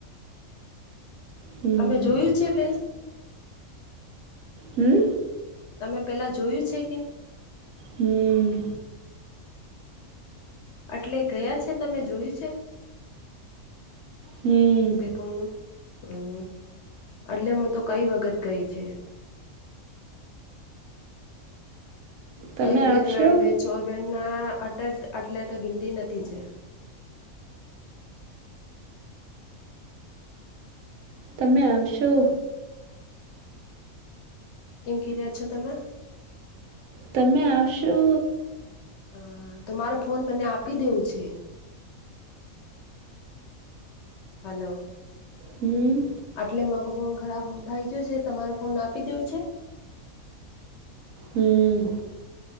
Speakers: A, on the right (about 80°); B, on the left (about 65°).
A: હમ
B: તમે જોયું
A: જોય
B: છે પેલા
A: હમ
B: તમે પેલા જોયું છે કે?
A: હમ
B: એટલે ગયા છે તમે જોયું છે?
A: હમ
B: ઉદયપુર નું હમ એટલે હું તો કઈ વખત ગઈ છે.
A: તમે
B: એક બે
A: આવશો
B: ત્રણ બે ચોર બે ના અટ આટલે તો ગિનતી નથી છે.
A: તમે
B: હલો.
A: આવશો.?
B: ઈમ કીરયા છો તમે
A: તમે આવશો?
B: હ તો મારો ફોન મને આપી દેવું છે. હલો
A: હમ
B: આટલે માકો ફોન ખરાબ થાય ગયો છે, તમારે ફોન આપી દેવો છે?
A: હમ